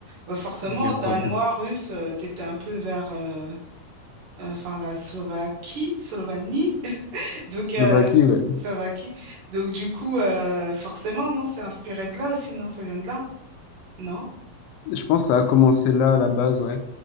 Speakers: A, on the right (about 70°); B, on the left (about 85°).
A: Bah forcément,
B: Il y a
A: danois,
B: quoi? Du
A: russe, euh, t'étais un peu vers euh, euh, enfin la Slovaquie, Slovanie. <laughs> Donc
B: Slovaquie,
A: euh,
B: ouais.
A: Slovaquie. Donc du coup, euh, forcément, non, c'est inspiré de là aussi, non, ça vient de là, non?
B: Je pense que ça a commencé là à la base, ouais.